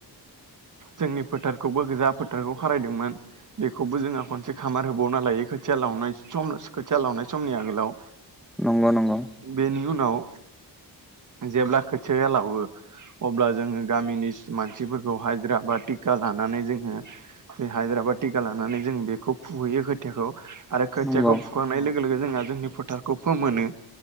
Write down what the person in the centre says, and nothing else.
नंगौ नंगौ
नंगौ